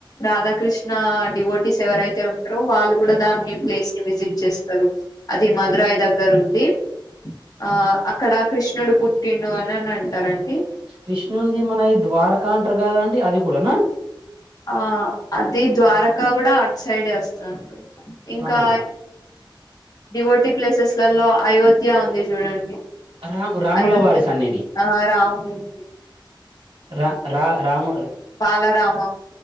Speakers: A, on the left; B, on the right.
A: రాధాకృష్ణ డివోటీస్ ఎవరైతే ఉంటారో వాళ్ళు కూడా దాన్ని ప్లేస్ ని విజిట్ చేస్తారు అది మధురాయి దగ్గర ఉంది ఆ అక్కడ కృష్ణుడు పుట్టిండు అని అన్ అంటారండి
B: కృష్ణుణుది మన ఈ ద్వారకా అంట్ర కదా అండి అది కూడానా
A: ఆ అది ద్వారకా కూడా అటు సైడే వస్తదండి ఇంకా
B: ఆహా
A: డివోటి ప్లేసెస్ లలో అయోధ్య ఉంది చూడండి
B: రామ్ రాముల
A: అయోధ్య
B: వారి సన్నిధి
A: ఆ రాము ఉంది
B: రా రా రామ
A: బాలరామ